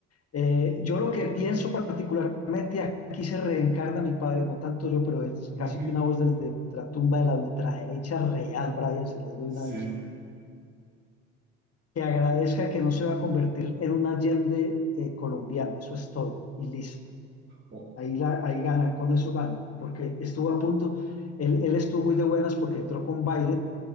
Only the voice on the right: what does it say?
ujú,
sí,
o-